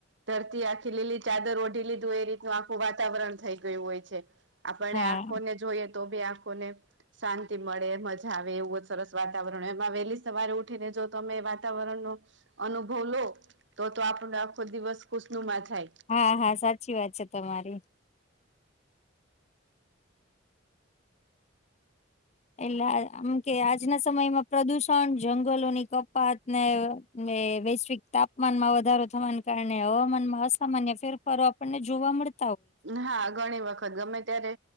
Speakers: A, on the right; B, on the left.
A: ધરતી આખી લીલી ચાદર ઓઢી લીધું એ રીતનું આખું વાતાવરણ થઈ ગયું હોય છે. આપણે
B: હા
A: આંખોને જોઈએ તો બી આંખોને શાંતિ મળે મજા આવે એવું જ સરસ વાતાવરણ હોય એમાં વહેલી સવારે ઉઠીને જો તમે વાતાવરણનો અનુભવ લો તો તો આપણને આખો દિવસ ખુશનુમા જાય.
B: હા હા સાચી વાત છે તમારી. એલા આ અમકે આજના સમયમાં પ્રદૂષણ જંગલોની કપાત ને વે વૈશ્વિક તાપમાન માં વધારો થવાની કારણે હવામાન માં અસામાન્ય ફેરફારો આપણને જોવા મળત
A: હા ઘણી વખત ગમે ત્યારે